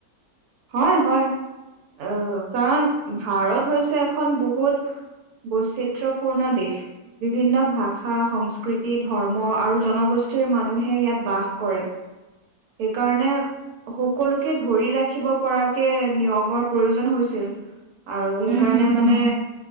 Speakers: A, on the right; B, on the right.
A: হয় হয় আহ কাৰণ ভাৰত হৈছে এখন বহুত বৈচিত্ৰ্যপূৰ্ণ দেশ বিভিন্ন ভাষা সংস্কৃতি ধৰ্ম আৰু জনগোষ্ঠী মানুহে ইয়াত বাস কৰে সেইকাৰণে সকলোকে ধৰি ৰাখি ৰাখিব পৰাকে নিয়মৰ প্ৰয়োজন হৈছিল আৰু সেইকাৰণে
B: উম হুম হুম
A: মানে